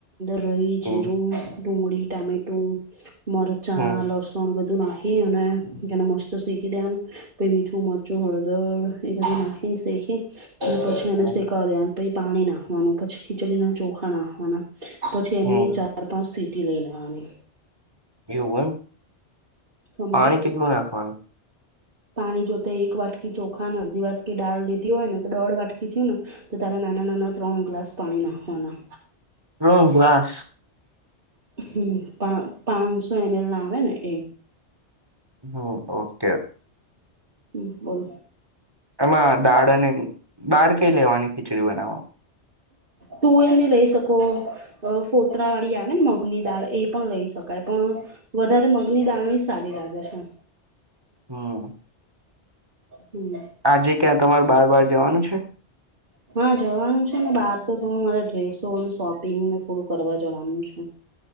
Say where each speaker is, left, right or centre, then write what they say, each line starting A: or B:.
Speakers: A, on the right; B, on the right.
A: રઇ,
B: હમ
A: જીરું, ડુંગળી, ટામેટું મરચાં,
B: હમ
A: લસણ, બધું નાખી અનેને મસ્ત શીકી દેવાનું. મીઠું મરચું હળદર એ બધી નાખી શીખી પછી એ અને
B: હમ
A: શીખ દે પ પાણી નાખવાનું પછી ખીચડીના ચોખા નાખવાના પછી એની
B: હમ
A: ચાર પાંચ સીટ લઈ લવાની
B: એવું
A: સમજ્યા
B: પાણી કેટલું નાખવાનું
A: પાણી જોતે એક વાટકી ચોખા ને અડધી વાટકી ડાળ લીધી હોય ને તો દોઢ વાટકી થયું ને તો તારે નાના નાના ત્રણ ગ્લાસ પાણી નાખવાના.
B: રોહ ગાસ
A: હમ્મ પાંચસો એમ એલ ના આવે ને એ.
B: હમ્મ ઓકે.
A: હમ્મ બોલ
B: એમાં દાળ અને દાળ કઈ લેવાની ખીચડી બનાવો
A: તુંવેર ની લઈ શકો ફોતરા વાળી આવે ને મગની દાળ એ પણ લઈ શકાય. પણ વધારે મગની દાળ ની સારી લાગે છે.
B: હાં.
A: હમ
B: આજે ક્યાં તમારે બાર બાર જવાનું છે?
A: હા જવાનું છે ને બહાર તો થોડું મારે ડ્રેસો શોપિંગને થોડું કરવા જવાનું છે. <inaudible>